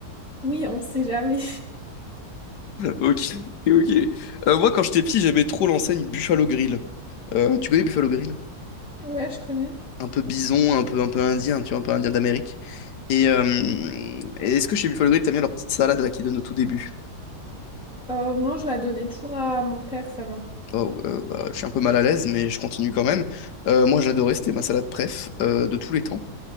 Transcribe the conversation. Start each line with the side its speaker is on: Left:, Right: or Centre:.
Centre: Oui, on sait jamais.
Left: Ok, <laughs> ok. Euh, moi, quand j'étais petit, j'aimais trop l'enseigne Buffalo Grill. Euh, tu connais Buffalo Grill?
Centre: <laughs> Ouais, je connais.
Left: Un peu bison, un peu, un peu indien, tu vois, un peu indien d'Amérique. Et euh, et est-ce que chez Buffalo Grill, t'as bien leur petite salade là qu'ils donnent au tout début?
Centre: Euh, non, je la donnais toujours à mon père, celle-là.
Left: Oh, euh, bah, je suis un peu mal à l'aise, mais je continue quand même. Euh, moi, j'adorais, c'était ma salade préf euh, de tous les temps.